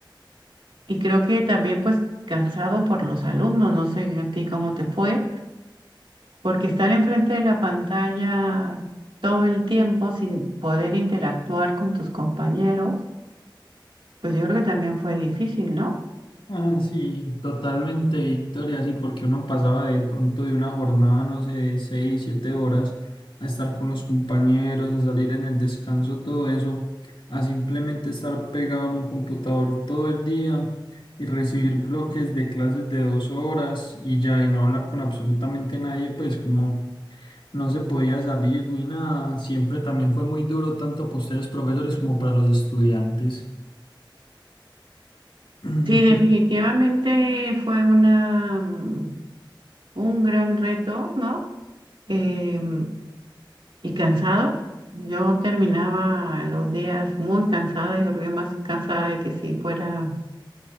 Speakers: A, on the right (about 85°); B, on the left (about 80°).
A: Y creo que también pues cansado por los alumnos, no sé a ti cómo te fue, porque estar enfrente de la pantalla todo el tiempo sin poder interactuar con tus compañeros Pues yo creo que también fue difícil, ¿no?
B: Ah, sí, totalmente, Victoria, sí, porque uno pasaba de pronto de una jornada, no sé, de seis, siete horas, a estar con los compañeros, a salir en el descanso, todo eso, a simplemente estar pegado en un computador todo el día y recibir bloques de clases de dos horas y ya, y no hablar con absolutamente nadie, pues como no se podía salir ni nada, siempre también fue muy duro, tanto para ustedes profesores como para los estudiantes. <clears throat>
A: Sí, definitivamente fue una, mm, un gran reto, ¿no? Em, y cansado. Yo terminaba los días muy cansada, yo creo que más cansada de que si fuera